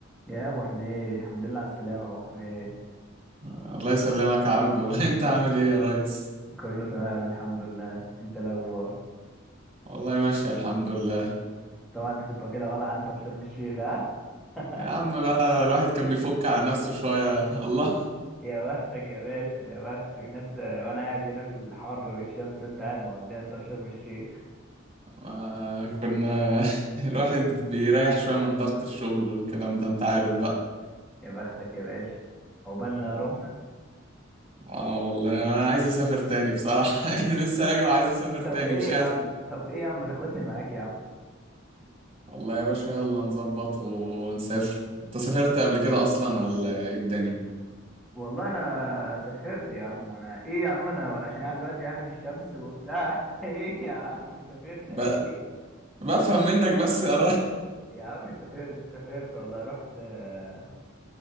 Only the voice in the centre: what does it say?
يا ابو حميد الحمد لله على السلامه يا ابو حميد
كله تمام الحمد لله انت إيه الاخبار
طبعا انت كنت واكلها ولا انت في شرم الشيخ ها <laughs>
يا بختك يا باشا يا بختك ناس وانا قاعد هنا في الحر والشمس وانت قاعد مقضيها انت في شرم الشيخ
يا بختك يا باشا عقبالنا يا رب
<laughs> طب
ايه
يا
عم طب ايه يا عم ما تاخدني معاك يا عم
والله انا سافرت يا عم وانا ايه يا عم انا وانا عشان قاعد دلوقتي يعني في الشمس وبتاع <laughs> ايه يا عم سافرت
اكيد
يا عم سافرت سافرت والله رحت آه،